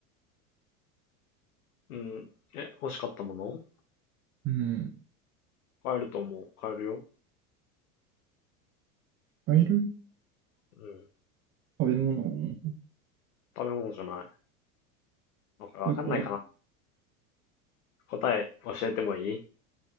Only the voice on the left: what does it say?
うん。え、欲しかったもの
買えると思う。買えるよ。
うん。
食べ物じゃない。わかわかんないかな。
答え教えてもいい